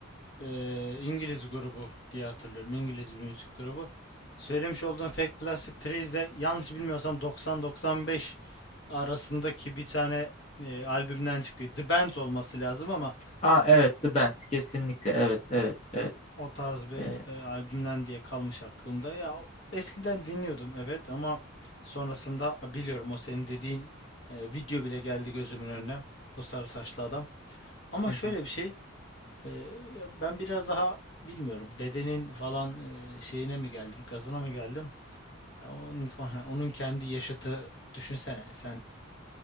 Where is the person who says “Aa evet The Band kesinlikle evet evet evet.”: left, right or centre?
Left